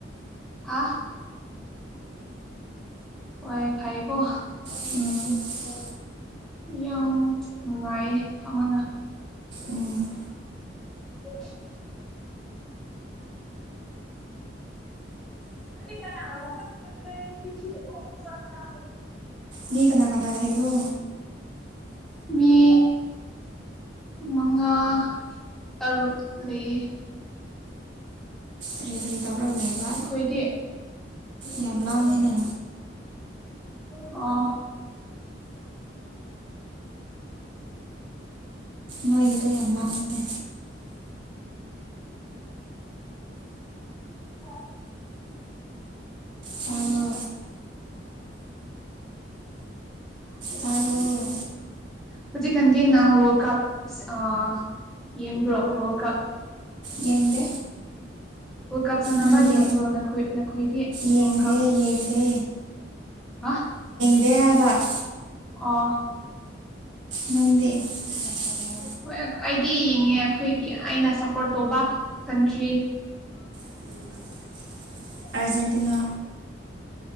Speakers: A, in the centre; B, on the right.
A: ꯑ ꯍꯣꯏ ꯐꯥꯏꯕꯣ
B: ꯎꯝ
A: ꯌꯥꯝ ꯅꯨꯡꯉꯥꯏꯌꯦ ꯐꯝꯃꯒ
B: ꯎꯝ
A: ꯑꯣ <inaudible> <unintelligible>
B: ꯃꯤ ꯀꯅꯥ ꯀꯅꯥ ꯂꯩꯕ꯭ꯔꯣ
A: ꯃꯤ ꯃꯉꯥ ꯇꯔꯨꯛ ꯂꯩ
B: ꯀꯔꯤ ꯀꯔꯤ ꯇꯧꯔꯒ ꯂꯩꯕ
A: ꯑꯩꯈꯣꯏꯗꯤ
B: ꯌꯥꯝ ꯂꯥꯎꯉꯤꯅ
A: ꯑ
B: ꯅꯣꯏꯒꯤꯗꯣ ꯌꯥꯝ ꯂꯥꯡꯉ
A: ꯑꯣ
B: ꯇꯥꯕ꯭ꯔꯣ ꯑ
A: ꯍꯧꯖꯤ ꯀ ꯋꯥꯔ ꯀꯞ ꯑ ꯌꯦꯡꯕ꯭ꯔꯣ ꯍ ꯀꯞ
B: ꯌꯦꯡꯗꯦ
A: ꯋꯥꯔ ꯀꯞ ꯁꯥꯟꯅꯕ
B: ꯅꯪꯗꯤ
A: ꯌꯦꯕ꯭ꯔꯣ ꯅꯈꯣꯏ ꯅꯈꯣꯏꯒꯤ
B: ꯌꯦꯡꯗꯦ
A: ꯋꯥꯔ ꯀꯞ
B: ꯌꯦꯡꯗꯦ
A: ꯑ <inaudible>
B: ꯍꯕ <inaudible>
A: ꯑ <inaudible>
B: ꯃꯪꯗꯤ <inaudible>
A: ꯍꯣꯏ ꯑꯩꯗꯤ ꯌꯦꯡꯉꯦ ꯑꯩꯈꯣꯏꯒꯤ ꯑꯩꯅ ꯁꯞꯄꯣꯔꯠ ꯇꯧꯕ ꯀꯟꯇ꯭ꯔꯤ
B: ꯎꯝ ꯑꯔꯖꯦꯟꯇꯤꯅꯥ